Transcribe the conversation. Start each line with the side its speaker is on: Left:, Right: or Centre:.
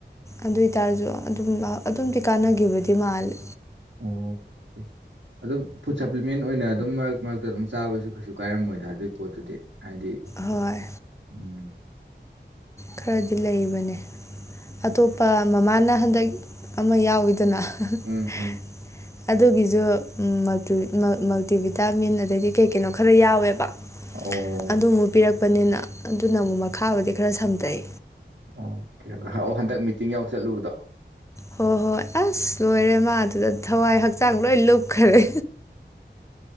Left: ꯑꯗꯨꯢꯇꯥꯔꯖꯨ ꯑꯗꯨꯝ ꯑ ꯑꯗꯨꯝꯗꯤ ꯀꯥꯟꯅꯒꯤꯕꯗꯤ ꯃꯥꯜꯂꯦ꯫
Right: ꯑꯣ ꯑꯗꯨꯝ ꯐꯨꯗ ꯁꯄ꯭ꯂꯤꯃꯦꯟ ꯑꯣꯢꯅ ꯑꯗꯨꯝ ꯃꯔꯛ ꯃꯔꯛꯇ ꯑꯗꯨꯝ ꯆꯥꯕꯖꯨ ꯀꯩꯁꯨ ꯀꯥꯢꯔꯝꯃꯣꯢꯗ ꯑꯗꯨꯒꯤ ꯄꯣꯠꯇꯨꯗꯤ꯫ ꯍꯥꯢꯗꯤ
Left: ꯍꯣꯏ
Right: ꯎꯝ
Left: ꯈꯔꯗꯤ ꯂꯩꯕꯅꯦ ꯑꯇꯣꯞꯄ ꯃꯃꯥꯅ ꯍꯟꯗꯛ ꯑꯃ ꯌꯥꯎꯋꯤꯗꯅ 'unintelligible'
Right: ꯎꯝ ꯎꯝ
Left: <inaudible> ꯑꯗꯨꯒꯤꯖꯨ ꯃꯜꯇꯤ ꯃ ꯃꯜꯇꯤꯚꯤꯇꯥꯃꯤꯟ ꯑꯗꯒꯤ ꯀꯩ ꯀꯩꯅꯣ ꯈꯔ ꯌꯥꯎꯋꯦꯕ
Right: ꯑꯣ
Left: ꯑꯗꯨꯃꯨꯛ ꯄꯤꯔꯛꯄꯅꯤꯅ ꯑꯗꯨꯅ ꯑꯃꯨꯛ ꯃꯈꯥꯕꯨꯗꯤ ꯈꯔ ꯁꯝꯗꯩ꯫
Right: ꯑꯣꯀꯦ ꯑꯣ ꯍꯟꯗꯛ ꯃꯤꯇꯤꯡ ꯌꯥꯎ ꯆꯠꯂꯨꯕꯗꯣ꯫
Left: ꯍꯣ ꯍꯣꯢ ꯑꯁ ꯂꯣꯢꯔꯦ ꯃꯥ ꯑꯗꯨꯗ ꯊꯋꯥꯢ ꯍꯛꯆꯥꯡ ꯂꯣꯢ ꯂꯨꯞꯈ꯭ꯔꯦ꯫